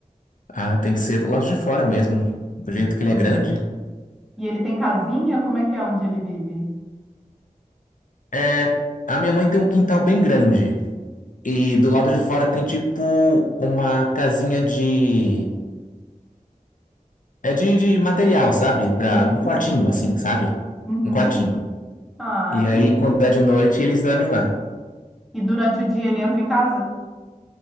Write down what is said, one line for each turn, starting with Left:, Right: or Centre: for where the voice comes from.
Left: Ah, tem que ser do lado de fora mesmo. Do
Centre: Muito
Left: jeito que
Centre: bom.
Left: ele é grande.
Centre: E ele tem casinha? Como é que é onde ele vive?
Left: É. A minha mãe tem um quintal bem grande. E do lado de fora tem tipo uma casinha de. É de, de material, sabe? Pra...
Centre: Uhum.
Left: Um quartinho, assim, sabe?
Centre: Uhum.
Left: Um quartinho.
Centre: Ah,
Left: E aí,
Centre: que-
Left: quando é de noite, eles dormem lá.
Centre: e durante o dia ele entra em casa?